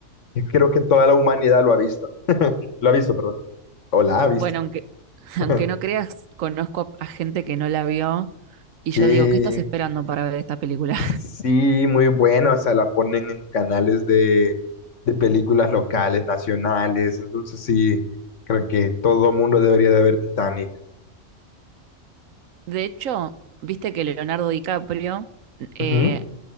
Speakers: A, on the left; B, on the right.
A: que creo que toda la humanidad lo ha visto. Lo ha visto, perdón. O la ha visto.
B: Bueno, aunque, <laughs>
A: <laughs>
B: aunque no creas, conozco a, a gente que no la vio y
A: Que
B: yo digo, ¿qué estás esperando para ver esta película?
A: sí, muy bueno, o sea, la ponen en canales de, de películas locales, nacionales, entonces sí, creo que todo mundo debería de ver Titanic.
B: <laughs> De hecho, viste que Leonardo DiCaprio eh,
A: Ujú.